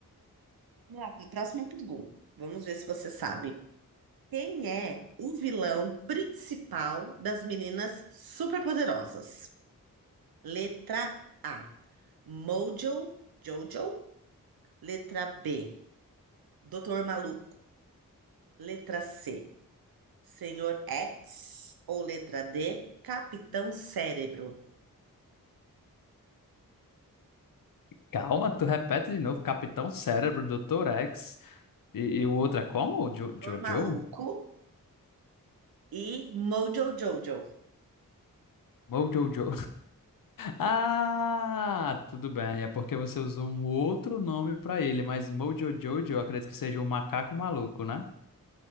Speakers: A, on the right; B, on the left.
A: Vamos lá, para a próxima pergunta. Vamos ver se você sabe. Quem é o vilão principal das meninas superpoderosas? Letra A, Mojo, Jojo. Letra B, Doutor Maluco. Letra C, Senhor X. Ou letra D, Capitão Cérebro.
B: Calma, tu repete de novo. Capitão Cérebro, Doutor X. E, e o outro é como? O Jo-
A: Doutor
B: Jojo?
A: Maluco e Mojo Jojo.
B: Mojojo. Ah, tudo bem. É porque você usou um outro nome pra ele, mas Mojo Jojo, eu acredito que seja o macaco maluco, né?